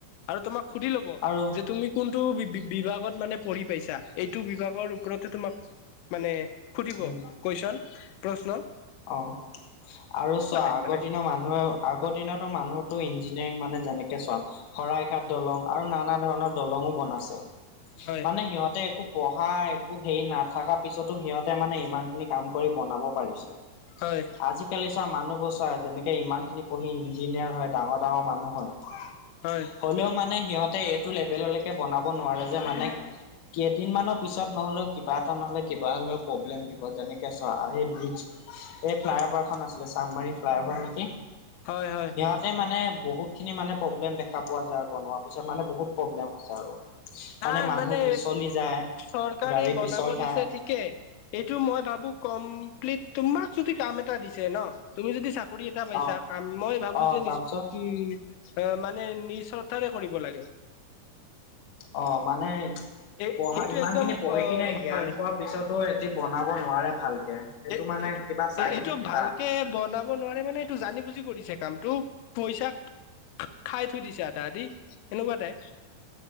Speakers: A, on the left; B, on the left.
A: আৰু তোমাক সুধি ল'ব
B: আৰু
A: যে তুমি কোনটো বি বিভাগত মানে পঢ়ি পাইছা, এইটো বিভাগৰ ওপৰত তোমাক মানে সুধিব
B: উম
A: কুৱেশ্যন, প্ৰশ্ন।
B: অ আৰু
A: তেনেকুৱা
B: চোৱা
A: টাইপ
B: আগৰ
A: মানে
B: দিনা মানুহ আগৰ দিনতো মানুহতটো ইঞ্জিনিয়াৰিং মানে যেনেকে চোৱা। শৰাইঘাট দলং আৰু নানা ধৰণৰ দলং বনাইছে।
A: হয়
B: মানে সিহঁতে একো পঢ়া একো হেৰি নাথকা পিছতো সিহঁতে মানে ইমান খিনি কাম কৰি বনাব পাৰিছে।
A: হয়।
B: আজিকালি চোৱা মানুহবোৰ চোৱা যেনেকে ইমান খিনি পঢ়ি ইঞ্জিনিয়াৰ হয়, ডাঙৰ ডাঙৰ মানুহ হয়।
A: হয়।
B: হ'লেও মানে সিহঁতে এইটো লেভেললৈকে বনাব নোৱাৰে যে মানে? কেইদিনমানৰ পিছত নহলেও কিবা এটা নহ'লে কিবা হলেও প্ৰব্লেম দিব যেনেকে চোৱা এই বোজ এই ফ্লাই অভাৰখন আছিলে চান্দমাৰী ফ্লাই অভাৰ নেকি?
A: হয় হয়।
B: সিহঁতে মানে বহুতখিনি মানে প্ৰব্লেম দেখা পোৱা যায় আৰু বনোৱাৰ পিছত মানে বহুত প্ৰব্লেম হৈছে আৰু।
A: নাই
B: মানুহ
A: মানে
B: পিছলি যায়
A: চৰকাৰে
B: গাড়ী
A: বনাব
B: পিছল খায়
A: দিছে ঠিকে এইটো মই ভাবো কমপ্লিট, তোমাক যদি কাম এটা দিছে ন? তুমি যদি চাক- কৰী এটা পাইছা
B: অ
A: কাম, মই ভাবো
B: অ
A: যে
B: তাৰপিছত
A: নিছ উ অ মানে নিসৰ্থাৰে কৰিব লাগে।
B: অ মানে
A: এই
B: পঢ়া
A: এইটো
B: ইমানখিনি
A: একদম
B: পঢ়ি
A: অ
B: কিনে জ্ঞান
A: হয়
B: পোৱাৰ পিছত ত এটি বনাব নোৱাৰে ভালকে। সেইটো
A: এ
B: মানে
A: এইটো
B: কিবা চাই
A: এ এইটো
B: কিনে কিবা
A: ভালকে বনাব ব নোৱাৰে মানে এইটো জানি বুজি কৰিছে কামটো পইচা খা খাই থৈ দিছে আধা আধি সেনেকুৱা টাইপ।